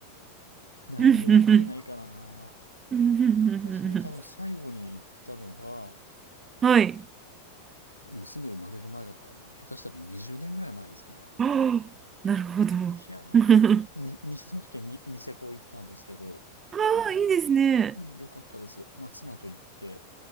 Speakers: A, on the left; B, on the right.
A: <laughs> 何年行ってないかな。
B: うんうんうんうんうんう
A: 私ね、多分最後に行ったのが、
B: んはい。
A: 娘生まれる前だからもう下手したら20年ぐらい前ですね。
B: ああ、なるほど。
A: いやいやー、
B: <laughs>
A: に、に、その時はに、ニセコ行ったんですけど、
B: ああ、いいですね。
A: うん、良かったです。まあ、妻と行って、